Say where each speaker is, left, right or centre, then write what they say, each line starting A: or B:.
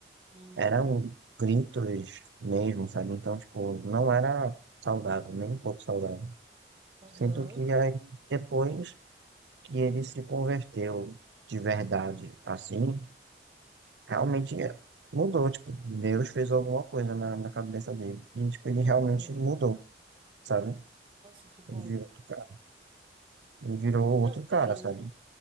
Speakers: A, on the right; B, on the right.
A: uhum.
B: eram
A: Sim,
B: gritos mesmo, sabe? Então, tipo, não era saudável, nem um pouco saudável.
A: aham,
B: Sinto que aí, depois que ele se converteu de verdade, assim, realmente mudou, tipo, Deus fez alguma coisa na, na cabeça dele. E, tipo, ele realmente
A: aham.
B: mudou, sabe?
A: Nossa, que bom.
B: Ele virou outro cara. Ele virou outro
A: Não,
B: cara,
A: e aí.
B: sabe?